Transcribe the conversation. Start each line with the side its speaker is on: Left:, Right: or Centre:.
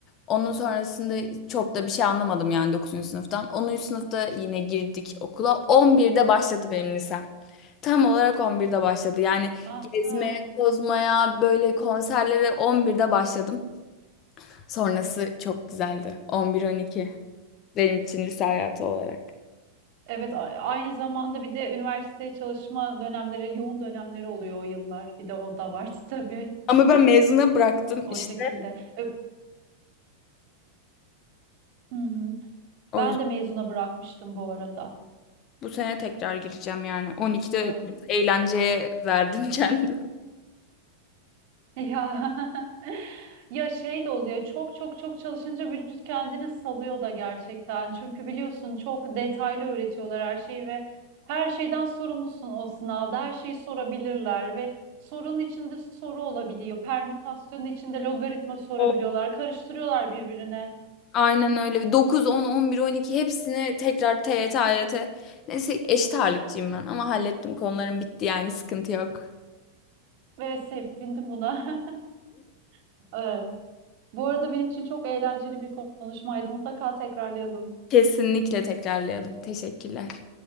Left: Onun sonrasında çok da bir şey anlamadım yani dokuzuncu sınıftan. 10. sınıfta yine girdik okula. On birde başladı benim lisem. Tam olarak on birde başladı. Yani
Right: <laughs>
Left: gezmeye,
Right: Aa,
Left: tozmaya, böyle konserlere on birde başladım. Sonrası çok güzeldi. On bir on iki benim için lise hayatı olarak.
Right: evet a- aynı zamanda bir de üniversiteye çalışma dönemleri, yoğun dönemleri oluyor o yıllar. Bir de o da var <laughs> tabii.
Left: Ama ben mezuna bıraktım
Right: O
Left: işte.
Right: şekilde. E, hı hı.
Left: O
Right: Ben de mezuna bırakmıştım bu arada.
Left: Bu sene tekrar gireceğim yani. 12'de
Right: Em,
Left: biraz eğlenceye verdim <laughs> kendimi.
Right: ya <laughs> ya şey de oluyor. Çok çok çok çalışınca vücut kendini salıyor da gerçekten. Çünkü biliyorsun çok detaylı öğretiyorlar her şeyi ve her şeyden sorumlusun o sınavda. Her şeyi sorabilirler ve sorunun içinde soru olabiliyor. Permütasyonun içinde logaritma sorabiliyorlar.
Left: O
Right: Karıştırıyorlar birbirine.
Left: Aynen öyle. 9, 10, 11, 12 hepsini tekrar TYT, AYT. Neyse eşit ağırlıkçıyım ben ama hallettim. Konularım bitti yani sıkıntı yok.
Right: Ve sevindim buna. <laughs> Bu arada benim için çok eğlenceli bir konuşmaydı. Mutlaka tekrarlayalım.
Left: Kesinlikle tekrarlayalım. Teşekkürler.